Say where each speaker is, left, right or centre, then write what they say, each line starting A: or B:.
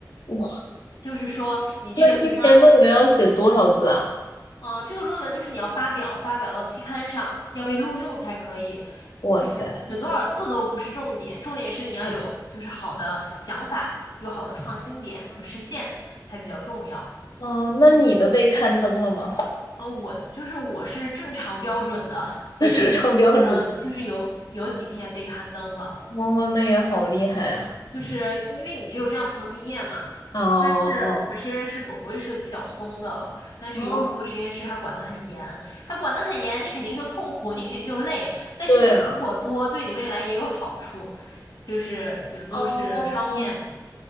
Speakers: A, on the left; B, on the left.
A: 我。
B: 就是说你这个学生
A: 那一篇论文要写多少字啊？
B: 嗯，这个论文就是你要发表，发表到期刊上，要被录用才可以。
A: 哇塞，
B: 这写写多少字都不是重点，重点是你要有就是好的想法，
A: 嗯，
B: 有好的创新点，能实现才比较重要。
A: 哦，那你的被刊登了吗？<laughs>
B: 哦，我就是我是正常标准的，<laughs> 就是
A: 那正常标准的。
B: 嗯呃就是有有几篇被刊登了。
A: 哦，那也好厉害啊！
B: 就是因为你只有这样才能毕业嘛。
A: 哦，
B: 但是我们实验室总归是比较松的了，但是有很多实验室它管得很严，
A: 哦，
B: 它管得很严，你肯定就痛苦，你肯定就累，但是你成果多，
A: 对啊，
B: 对你未来也有好处，就是就都是双面的。
A: 哦，